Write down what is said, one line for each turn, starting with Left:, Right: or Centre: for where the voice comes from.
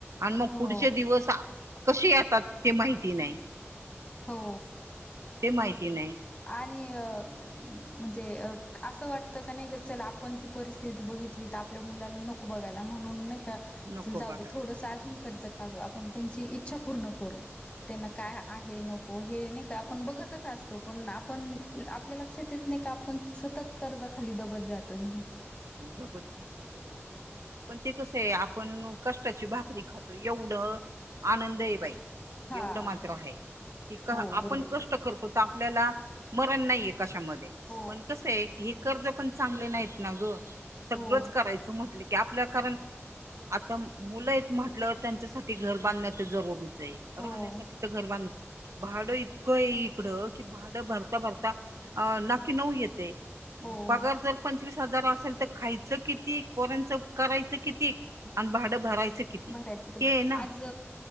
Right: आणि मग
Left: हो
Right: पुढचे दिवस कसे येतात ते माहिती नाही
Left: हो
Right: ते माहिती नाही
Left: आणि अ म्हणजे अ असं वाटतं का नाही का चला आपण ती परिस्थिती बघितली तर आपल्या मुलांना नको बघायला म्हणून
Right: नको
Left: जाऊदे
Right: बघायला.
Left: थोडस अजून खर्च आपण त्यांची इच्छा पूर्ण करू त्यांना काय हे नको हे नाही का आपण बघतच असतो पण आपण आपल्या लक्षात येत नाही का आपण सतत कर्जा खाली दबत जातोय म्हणून
Right: दबत जात दबत जात पण ते कस आहे आपण कष्टाची भाकरी खातो एव आनंद आहे बाई
Left: हा
Right: एवढं मात्र आहे की का
Left: हो
Right: आपण
Left: बरोबर
Right: कष्ट करतो तर आपल्याला मरण नाही येत कशामध्ये
Left: हो
Right: पण कस आहे हे कर्ज पण चांगले नाहीत ना ग सगळंच
Left: हो
Right: करायचं म्हटलं आपल्या कारण आता मुलं आहेत म्हटलं त्यांच्यासाठी घर बांधण्या तर जरुरीच राहण्यासाठी
Left: हो हो
Right: तर घर बां <unintelligible> भाडं इतकं आहे इकडं कि भाडं भरता भरता अ नाकी नऊ येते
Left: हो
Right: पगार जर पंचवीस हजार असेल खायचं किती पोरांचं करायचं किती आणि भाडं भरायचं किती
Left: बरायच कधी
Right: हे ना
Left: आज